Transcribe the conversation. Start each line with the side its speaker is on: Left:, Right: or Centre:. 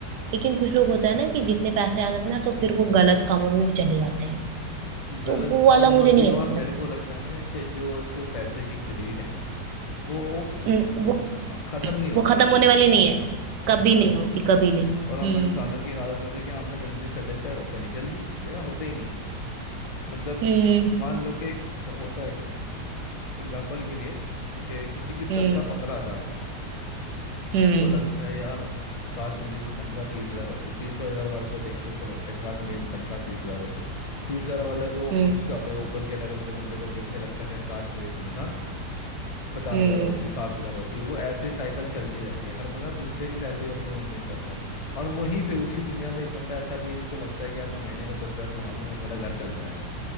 Right: लेकिन कुछ लोग होता है ना कि जितने पैसे आ जाते हैं ना तो फिर वो गलत कामों में भी चले जाते हैं
Left: गलत
Right: तो वो
Left: कामों
Right: वाला
Left: में
Right: मुझे नहीं
Left: भी और
Right: अच्छा
Left: मेरे
Right: लगता
Left: को लगता है ना कि जो एक पैसे की ग्रीड है वो
Right: हम्म, वो
Left: खत्म नहीं होती
Right: वो खत्म
Left: कभी
Right: होने
Left: वो
Right: वाली नहीं है
Left: बोलते
Right: कभी
Left: हैं ना
Right: नहीं
Left: हम्म
Right: होती कभी नहीं
Left: और हम
Right: हम्म
Left: इंसानों की आदत होती है कि हम ना जल्दी सेटिस्फाई होता नहीं जल्दी या होते ही नहीं है मतलब
Right: हम्म
Left: मान लो कि एक स- होता है कि एग्जाम्पल के लिए कि किसी की
Right: हम्म
Left: तनख्वाह पंद्रह हजार है
Right: हम्म
Left: उसको लगता है यार काश मेरी तनख्वाह तीस हजार होती तीस हजार वाले को देख के उसको लगता है कि काश मेरी तनख्वाह तीस हजार होती तीस हजार वाले को
Right: हम्म
Left: उसके अपने ऊपर के लेवल के बंदे को देख के लगता है कि काश मेरी तनख्वाह पचास
Right: हम्म
Left: हजार होती साठ हजार होती वो ऐसे ही साइकिल चलती रहती है हर बंदा दूसरे की सैलरी अपने में उम्मीद करता है और वहीं पे उसी दुनिया में एक बंदा ऐसा भी है जिसको लगता है कि यार मैं महीने का दस हजार कमा लूंगा मेरा घर चल जाएगा